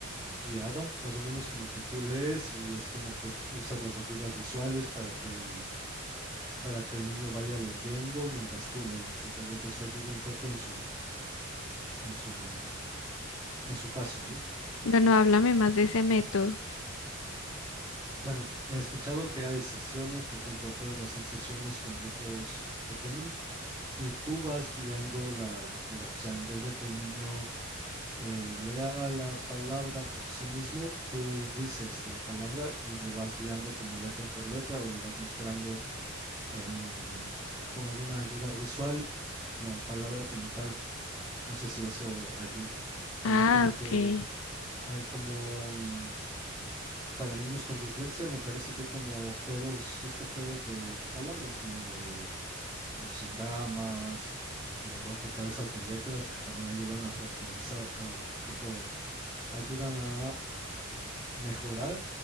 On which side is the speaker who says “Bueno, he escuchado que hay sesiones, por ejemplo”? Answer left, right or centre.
Right